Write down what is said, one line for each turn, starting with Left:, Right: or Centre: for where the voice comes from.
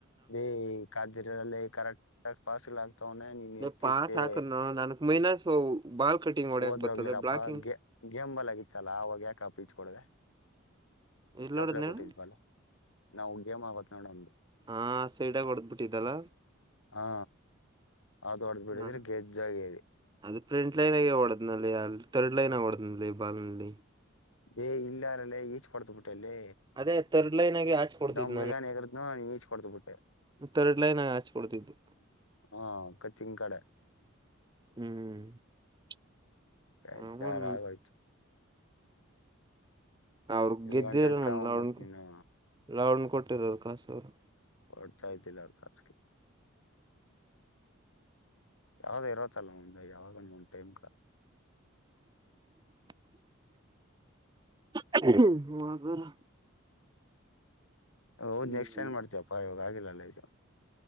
Left: ಹ್ಮ್ ಹ್ಮ ಕ್ದಿರಲ್ಲಿ ಕರೆಕ್ಟ ಪಸ್ಲ ತನ ನೀ
Right: ಲೇ
Left: ಹೆತ್ತಕೆ
Right: ಪಾಸ್ ಹಾಕನ ನನ್ಕ್ ಮೈನಸ್ ಬಾಲ್ ಕಟಿಂಗ್ ಹೊಡ್ಯಕ್
Left: ಹೋದ್ರೋಗ್ಲಿರಪ್ಪ
Right: ಬರ್ತದೆ ಬ್ಲಾಕಿಂಗ್
Left: ಗೇಮ್ ಬಲ್ ಆಗಿತ್ತಲ್ಲ ಆವಾಗ ಯಾಕಪ್ಪ ಪಿಚ್ ಕೊಡದೆ
Right: ಎಲ್ಲಿ
Left: ಸಪ್ಲೈ
Right: ಹೊಡದ್ನ
Left: ಕೊಟ್ಟಿದಲ್ಲ
Right: ಹೇಳು
Left: ನಾವು ಗೇಮ್ ಆಗತ್ ನೋಡಮ್ದು
Right: ಹಾ ಸೈಡಾಗ ಹೊಡೆದ್ ಬಿಟ್ಟಿದ್ದಲ್ಲ
Left: ಹಾ ಆತೊಡ್ದ್ ಬಿಟ್ಟಿದ್ರೆ
Right: ಹ
Left: ಗೆಜ್ಜ ಆಗೇರಿ
Right: ಅದು ಫ್ರಂಟ್ ಲೈನ್ ಆಗ ಹೊಡದ್ನಲ್ಲಿ ಅಲ್ಲಿ ಥರ್ಡ್ ಲೈನ್ ಆಗ ಹೊಡ್ನಲ್ಲಿ ಬಾಲ್ ನಲ್ಲಿ
Left: ಹೇ ಇಲ್ಲಾರ ಲೇ ಈಚ್ ಹೊಡೆದು ಬಿಟ್ಟೆ ಲೇ
Right: ಅದೇ ತರ್ಡ್ ಲೈನ್ ಆಗಿ ಆಚೆ ಕೊಡ್ತಿದ್
Left: ನಮ್ ಹುಡುಗನು ಎದ್ರುಬಿಟ್ನಾ ಈಚ ಕೊಡ್ತ ಬಿಟ್ಟೆ
Right: ಥರ್ಡ್ ಲೈನ್ ಹಚ್ಕೊಡ್ತಿದ್ದು
Left: ಹಾ ಕಚ್ಚಿನ್ ಕಡೆ
Right: ಹ್ಮ್
Left: ಬೇಜಾರು
Right: ಅವನ್
Left: ಆಗೋಯ್ತು
Right: ಅವ್ರಗ್
Left: ಇಲ್ಲಿ
Right: ಗೆದ್ದಿರ
Left: ಗಂಟೆ ಎತ್ಕೊಂಬಂದ್ಬಿಟ್ಟು
Right: ನನ್
Left: ನೀನು
Right: <unintelligible> ಕೊಟ್ಟಿರ ಕಾಸ ಅವರು
Left: ಹೊಡ್ತಾಯತಿಲ್ಲಾರ ಕಾಸಕೆ ಯಾವ್ದ ಇರತ್ತಲ್ಲ ಒಂದ ಯಾವ್ದನ್ನು ಒಂದು ಟೈಮ್ಗ
Right: <inaudible> <unintelligible>
Left: ಹೌದ್
Right: ಹ್ಮ್
Left: ನೆಕ್ಸ್ಟ್ ಟೈಂಡ್ ಮಾಡ್ತವಪ್ಪ ಇವಾಗ ಆಗಿಲ್ಲಲ್ಲ ಈ